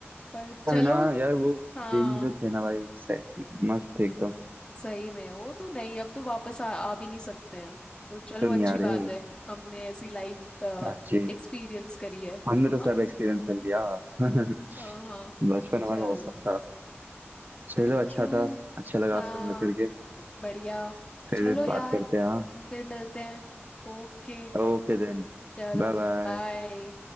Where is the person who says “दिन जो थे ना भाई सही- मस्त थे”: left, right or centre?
Right